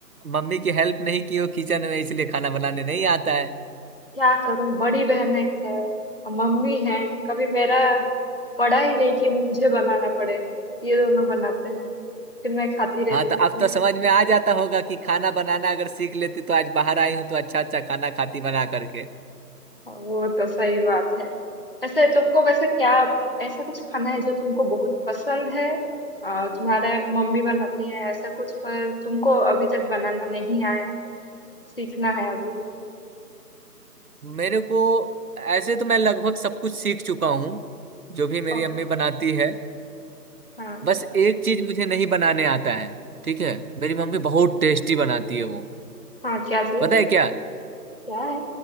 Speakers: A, on the right; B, on the left.
A: मम्मी की हेल्प नहीं की हो किचन में इसलिए खाना बनाने नहीं आता है
B: क्या करूं बड़ी बहन एक है और मम्मी है कभी मेरा पड़ा ही नहीं कि मुझे बनाना पड़े ये दोनों बनाते हैं फिर मैं खाती रहती
A: हाँ तो
B: थी
A: अब तो समझ में आ जाता होगा कि खाना बनाना अगर सीख लेती तो आज बाहर आई हूँ तो अच्छा अच्छा खाना खाती बना करके
B: वो तो सही बात है ऐसे तुमको वैसे क्या ऐसा कुछ खाना है जो तुमको बहुत पसंद है आ, तुम्हारे मम्मी बनाती है ऐसा कुछ पर तुमको अभी तक बनाना नहीं आया सीखना है अभी
A: मेरे को ऐसे तो मैं लगभग सब कुछ सीख चुका हूँ जो भी मेरी
B: ओ
A: अम्मी बनाती है
B: हाँ
A: बस एक चीज मुझे नहीं बनाने आता है ठीक है मेरी मम्मी बहुत टेस्टी बनाती है वो
B: हाँ क्या चीज
A: पता है क्या
B: क्या है